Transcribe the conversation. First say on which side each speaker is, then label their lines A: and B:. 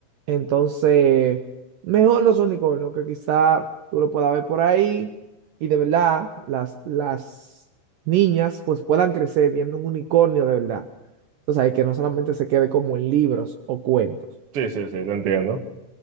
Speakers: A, on the right (about 70°); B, on the right (about 50°).
A: Entonces, mejor los unicornios, que quizá tú lo puedas ver por ahí y de verdad las, las niñas pues puedan crecer viendo un unicornio de verdad. Tú sabes, que no solamente se quede como en libros o cuentos.
B: Sí, sí, sí, te entiendo.